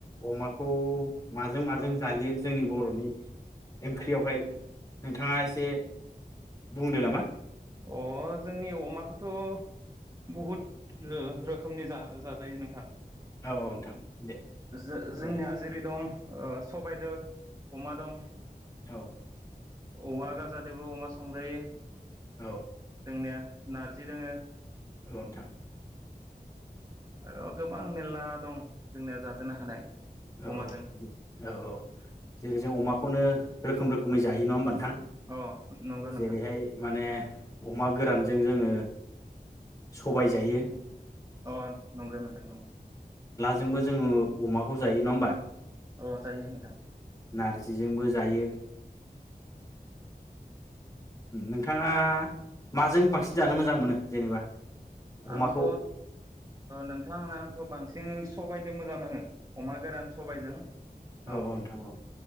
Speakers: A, on the left; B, on the right.
A: अमाखौ माजों माजों जायो जोंनि बर'नि ओंख्रियावहाय नोंथाङा एसे बुंदो नामा?
B: अ जोंनि अमाखौथ' बहुद रोखोमनि जाजायो नोंथां।
A: औ औ नोंथां दे
B: जोंना
A: फोरमायलाय
B: जोंनिया जेरै दं। ओ सबायजों अमा दं।
A: औ
B: औवा गारजादोबो अमा संजायो।
A: औ
B: जोंनिया नारजि दोङो
A: औ नोथां
B: आरो गोबां मेरला दं जोंनिया जाजेननो हानाय।
A: औ
B: अमाजों
A: औ औ औ जेरै जों अमाखौनो। रोखोम रोखोमै जायो नङा होनबा नोंथां?
B: अ नंगौ
A: जेरैहाय
B: नोंथां
A: माने अमा गोरानजों जोङो सबाय जायो।
B: अ नंगौ नोंथां नंगौ।
A: जोंबो जोङो अमाखौ जायो नङा होमबा?
B: औ जायो नोंथां
A: नार्जिजोंबो जायो। नोंथाङा माजों बांसिन जानो मोजां मोनो जेनेबा? अमाखौ
B: आंथ' नोंथां आंथ' बांसिन जों सबायदो मोजां नाङो। अमा गोरान सबायजों
A: औ
B: अ
A: नोंथां औ